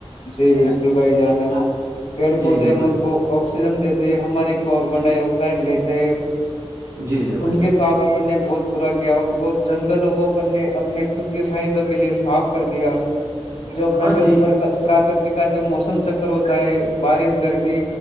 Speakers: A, on the left; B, on the right.
A: جی بالکل بھائی جانے پیڑ پودے
B: جی جی بھائی
A: م کو آکسیجن دیتے ہماری کاربن ڈائی آکسائڈ لیتے
B: جی جی بھائی
A: ان
B: جان
A: کے ساتھ اپن نے بہت برا کیا ان کو جنگلوں کو اپنے اپنے خود کے فائدوں کے لیے صاف کر دیا جو اپنا
B: ہاں
A: جو
B: جی
A: پراکرت کا جو موسم چکر ہوتا ہے بارش گرمی